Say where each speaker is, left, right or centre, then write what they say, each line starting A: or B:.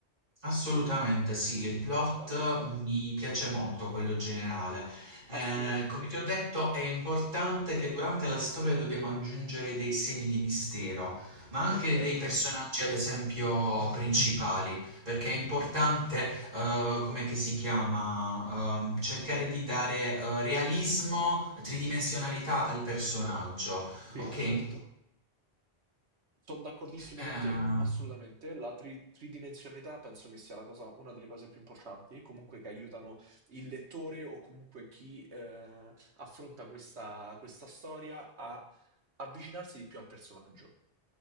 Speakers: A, on the right; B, on the right.
A: Assolutamente sì, il plot
B: Vai,
A: mi piace molto, quello generale. Eh,
B: assolutamente.
A: come ti ho detto, è importante che durante la storia dobbiamo aggiungere dei semi di mistero, ma anche
B: Ok.
A: dei personaggi, ad esempio, principali, perché è importante, eh, come che si chiama, ehm, cercare di dare, eh, realismo, tridimensionalità al personaggio,
B: Sì,
A: ok?
B: certo. Sono d'accordissimo
A: Eh,
B: con te, assolutamente. La tri- tridimensionalità penso che sia la cosa- una delle cose più importanti, comunque che aiutano il lettore o comunque chi eh, affronta questa, questa storia a avvicinarsi di più al personaggio.